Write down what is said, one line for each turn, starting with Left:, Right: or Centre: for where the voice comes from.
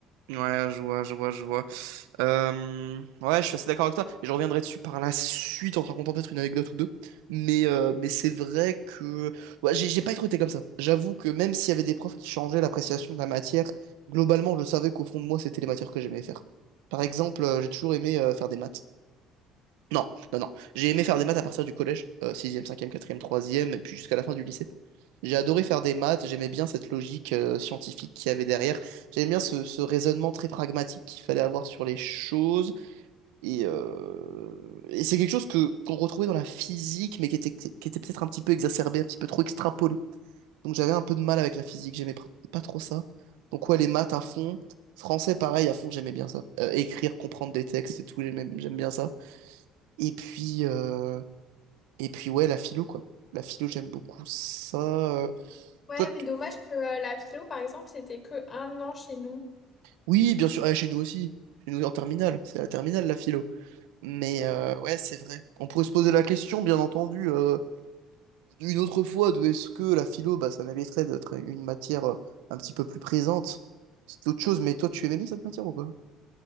Right: Ouais, je vois, je vois, je vois. Euh, ouais, je suis assez d'accord avec toi. Et je reviendrai dessus par la suite en te racontant peut-être une anecdote ou deux. Mais, euh, mais c'est vrai que ouais, j'ai j'ai pas été recruté comme ça. J'avoue que même s'il y avait des profs qui changeaient l'appréciation de la matière, globalement, je savais qu'au fond de moi, c'était les matières que j'aimais faire. Par exemple, euh, j'ai toujours aimé euh, faire des maths. Non, non, non. J'ai aimé faire des maths à partir du collège, 6e, 5e, 4 et puis jusqu'à la fin du lycée. J'ai adoré faire des maths, j'aimais bien cette logique euh, scientifique qu'il y avait derrière, j'aimais bien ce, ce raisonnement très pragmatique qu'il fallait avoir sur les choses, et, euh, et c'est quelque chose que qu'on retrouvait dans la physique, mais qui était, qui était peut-être un petit peu exacerbé, un petit peu trop extrapolé. Donc j'avais un peu de mal avec la physique, j'aimais pr- pas trop ça. Donc ouais, les maths à fond, français pareil à fond, j'aimais bien ça. Euh, écrire, comprendre des textes et tout, j'aimais- j'aime bien ça. Et puis, euh, et puis ouais, la philo, quoi. La philo, j'aime beaucoup ça. Euh,
Left: Ouais,
Right: Toi, t-
Left: mais dommage que euh, la philo, par exemple, c'était que un an chez nous.
Right: oui, bien sûr, ah, chez nous aussi. Chez nous en terminale, c'est la terminale, la philo. Mais euh, ouais, c'est vrai. On pourrait se poser la question, bien entendu, euh, une autre fois, de est-ce que la philo, bah, ça mériterait d'être une matière euh, un petit peu plus présente. C'est autre chose, mais toi, tu aimais bien cette matière ou pas?